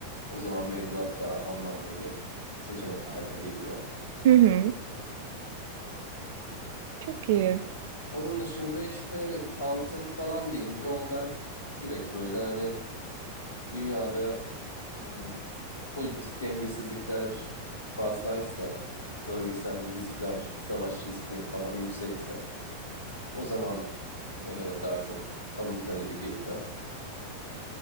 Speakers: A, on the left; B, on the right.
A: o zaman mevduat daha anlamlı bir seçenek haline geliyor.
B: Hı hı. hı. Çok iyi.
A: Onun dışında işte altın falan deyince onlar direkt böyle hani dünyada ım, politik dengesizlikler fazlaysa, bölgesel riskler, savaş riskleri falan yüksekse o zaman e, daha çok alım talebi geliyor.